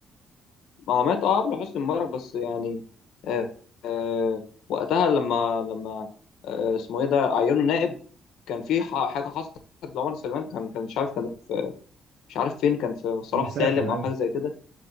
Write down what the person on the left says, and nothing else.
ما هو مات اه قبل حسني مبارك بس يعني آه آه وقتها لما لما آه اسمه ايه ده عينه نائب كان في ح- حاجه حصلت لعمر سليمان كان كان مش عارف كان في مش عارف فين كان في صلاح
سالم
او حاجه زي كده